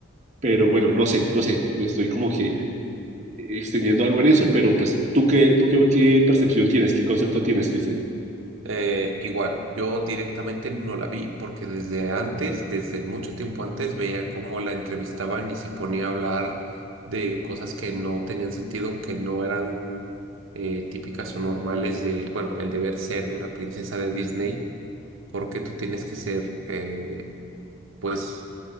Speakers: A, on the right; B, on the right.
A: pero bueno, no sé, no sé, me estoy como que extendiendo algo en eso, pero pues tú qué, tú qué, qué percepción tienes, qué concepto tienes, Cristian.
B: eh, igual, yo directamente no la vi porque desde antes, desde mucho tiempo antes, veía cómo la entrevistaban y se ponía a hablar de cosas que no tenían sentido, que no eran eh, típicas o normales de, bueno, el deber ser de una princesa de Disney, porque tú tienes que ser, eh, pues